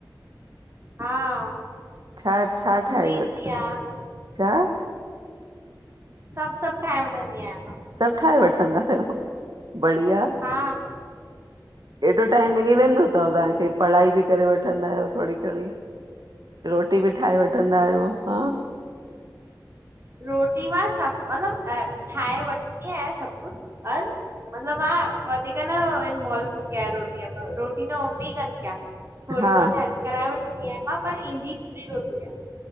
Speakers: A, on the right; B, on the right.
A: हा
B: छा-छा
A: पूरी
B: ठाहे
A: ईंदी
B: वठनि
A: आ
B: छा
A: सभु-सभु ठाहे वठंदी आहियां मां।
B: सभु ठाहे वठंदा आहियो बढ़िया।
A: हा
B: एॾो टाइम मिली वेंदो अथव तव्हांखे? पढ़ाई ॿि करे वठंदा आहियो थोरी घणी। रोटी ॿी ठाहे वठंदा आहियो हा।
A: रोटी मां सभु मतलबु ठाहे वठंदी आहियां सभु कुझु पर- मतिलबु मां वधीक न इनवोल्व हूंदी आ रोटीअ में रोटी त मम्मी कंदी आ। थोणी
B: हा
A: बहुत हेल्प कराए वठंदी आहियां मां पर ईंदी पूरी रोटी आ।